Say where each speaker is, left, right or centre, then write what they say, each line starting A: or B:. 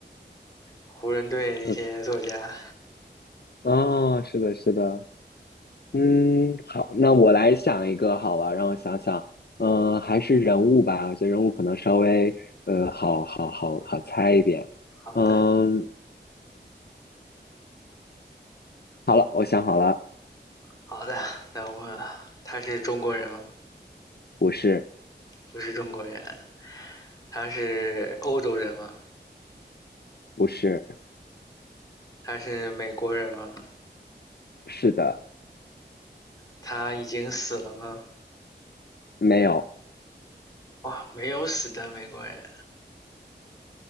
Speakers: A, on the left (about 20°); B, on the left (about 60°).
A: 湖人队那些作家。
B: 呃啊，是的，是的。嗯，好，那我来想一个好了，让我想想。嗯，还是人物吧，我觉得人物可能稍微呃，好好好好猜一点。
A: 好的，
B: 嗯，好了，我想好了，
A: 好的，那我问了，他是中国人吗？
B: 不是，
A: 不是中国人。他是欧洲人吗？
B: 不是，
A: 他是美国人吗？
B: 是的，
A: 他已经死了吗？
B: 没有，
A: 哇，没有死的美国人，